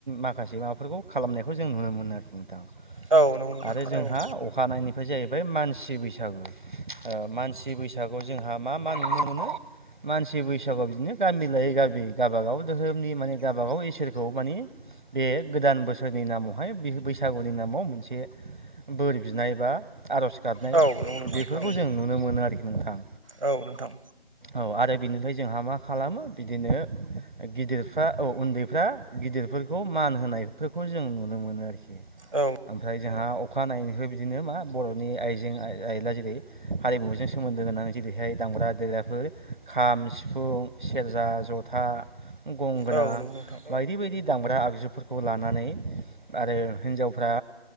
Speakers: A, on the right (about 50°); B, on the right (about 30°).
A: माखासे माबाफोरखौ खालाम नायखौ जों नुनो मोनो आरोखि नोंथां।
B: औ नंगौ नोंथां
A: आरो
B: थारैनो
A: जोंहा अखानायनिफ्राय जाहैबाय मानस सि बैसागो ओ मानसि बैसागुआव जोंहा मा मा नुनो मोनो। मानसि बैसागु बिदिनो गामि लायै गामि गावाबागाव धोरोमनि माने गावाबागाव इसोरखौ मानि बे गोदान बोसोरनि नामावहाय बि बैसागुनि नामाव मोनसे बोर बिनाय बा आर'ज गाबनाय
B: औ नंगौ नोंथां
A: बेफोरखौ
B: थारैनो
A: जों नुनो मोनो आरोखि नोंथां।
B: औ नोंथां
A: औ आरो बिनिफ्राय जोंहा मा खालामो बिदिनो गिदिरफ्रा औ उन्दैफ्रा गिदिरफोरखौ मान मान होनायफोरखौ जों नुनो मोनो आरोखि
B: औ
A: ओमफ्राय जोंहा अखानायैनिफ्राय बिदिनो मा बर'नि आइजें-आइला जेरै हारिमुजों सोमोन्दो गोनां जे रैहाय दामग्रा-देग्राफोर खाम, सिफुं, सेरजा, जथा गंगोना
B: औ नंगौ नोंथां
A: बायदि बायदि दामग्रा आगजुफोरखौ लानानै आरो हिनजावफ्रा